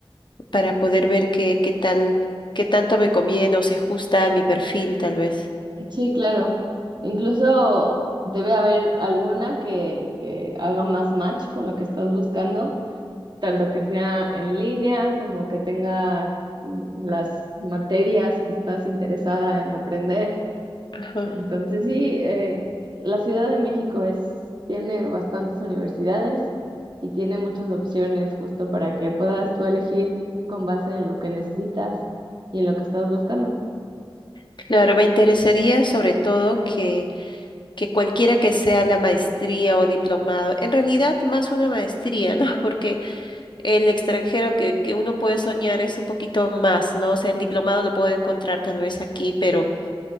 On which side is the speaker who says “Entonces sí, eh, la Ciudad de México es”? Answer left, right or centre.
Right